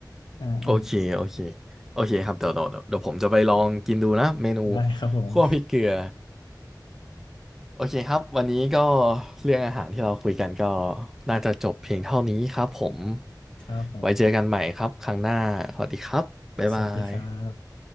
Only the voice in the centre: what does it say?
โอเค โอเค โอเคครับเดี๋ยวเดี๋ยวเดี๋ยวเดี๋ยวผมจะไปลองกินดูนะ เมนู
คั่วพริกเกลือ โอเคครับ วันนี้ก็เรื่องอาหารที่เราคุยกันก็น่าจะจบเพียงเท่านี้ครับผม
ไว้เจอกันใหม่ครับ ครั้งหน้าสวัสดีครับ บ๊ายบาย